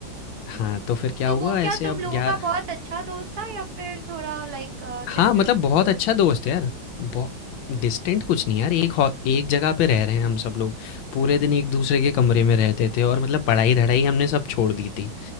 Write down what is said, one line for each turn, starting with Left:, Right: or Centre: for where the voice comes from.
Left: हाँ तो फिर क्या
Right: तो
Left: हुआ
Right: वो
Left: ऐसे
Right: क्या तुम
Left: अब
Right: लोगों
Left: यार
Right: का बहुत अच्छा दोस्त था या फिर थोड़ा लाइक
Left: हाँ
Right: डिस्टेंट
Left: मतलब बहुत
Right: दोस्त
Left: अच्छा दोस्त है यार बहुत डिस्टेंट कुछ नहीं यार एक हॉ- एक जगह पे रह रहे हैं हम सब लोग पूरे दिन एक दूसरे के कमरे में रहते थे और मतलब पढ़ाई धड़ाई हमने सब छोड़ दी थी